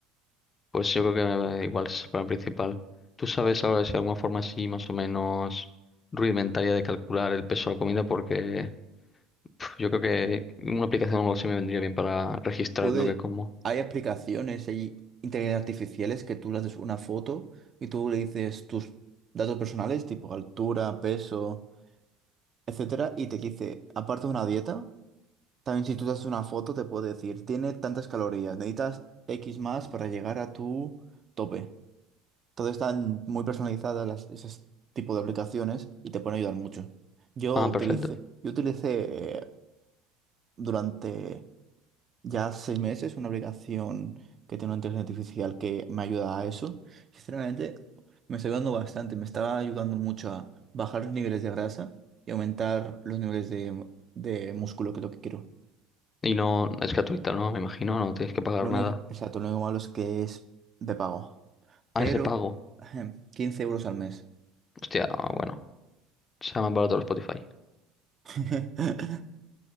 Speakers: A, on the left; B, on the right.
A: Pues yo creo que eh, igual es el problema principal. ¿Tú sabes ahora si hay alguna forma así más o menos rudimentaria de calcular el peso de la comida? Porque... Yo creo que una aplicación o algo así me vendría bien para registrar
B: puede,
A: lo que como.
B: hay aplicaciones, hay inteligencias artificiales que tú le haces una foto y tú le dices tus datos personales, tipo altura, peso, etcétera, y te dice, aparte de una dieta, también si tú te haces una foto te puede decir, tiene tantas calorías, necesitas X más para llegar a tu tope. Todo están muy personalizadas las, ese tipo de aplicaciones y te pueden ayudar mucho. Yo
A: Ah,
B: utilicé,
A: perfecto.
B: yo utilicé eh, durante ya seis meses, una aplicación que tiene una inteligencia artificial que me ayuda a eso. Sinceramente, me está ayudando bastante, me está ayudando mucho a bajar los niveles de grasa y aumentar los niveles de, de músculo, que es lo que quiero.
A: Y no es gratuita, ¿no? Me imagino, no tienes que pagar
B: Lo único,
A: nada.
B: exacto, lo único malo es que es de pago,
A: Ah,
B: pero
A: es de pago.
B: ejem, 15 euros al mes.
A: Hostia, ah, bueno. Se llama barato el Spotify.
B: <laughs>